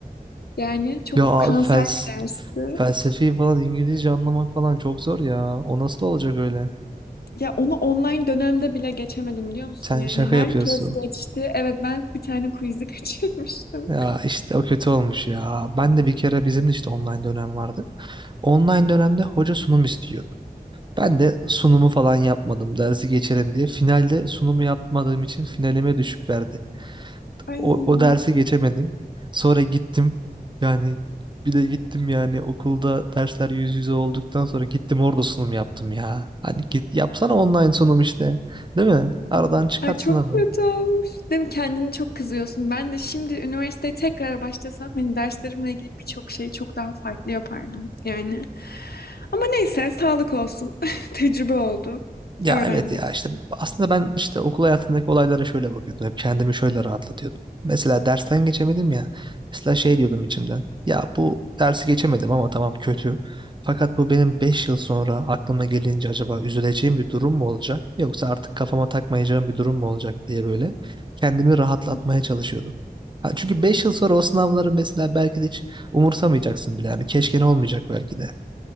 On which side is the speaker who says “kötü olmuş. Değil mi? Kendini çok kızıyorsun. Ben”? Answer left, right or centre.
Left